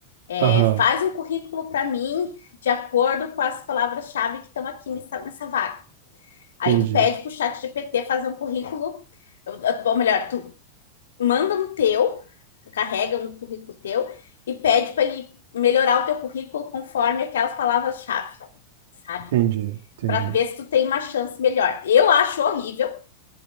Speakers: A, on the left; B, on the right.
A: É,
B: Aham.
A: faz um currículo para mim de acordo com as palavras-chave que estão aqui nessa, nessa vaga. Aí
B: Entendi.
A: tu pede pro chat GPT fazer um currículo, ou melhor, tu manda um teu, carrega um currículo teu e pede para ele melhorar o teu currículo conforme aquelas palavras-chave, sabe?
B: Entendi. Entendi.
A: Para ver se tu tem uma chance melhor. Eu acho horrível,